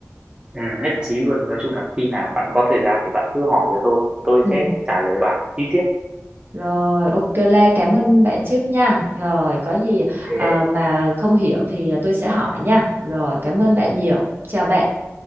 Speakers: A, on the right (about 20°); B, on the right (about 45°).
A: ừ, nhất trí luôn nói chung là khi nào bạn có thời gian thì bạn cứ hỏi cho tôi tôi
B: ừ
A: sẽ trả lời bạn chi tiết
B: rồi ok Lê cảm ơn bạn trước nha rồi có gì
A: Ok.
B: ờ, mà không hiểu thì ờ, tôi sẽ hỏi nha rồi cảm ơn bạn nhiều chào bạn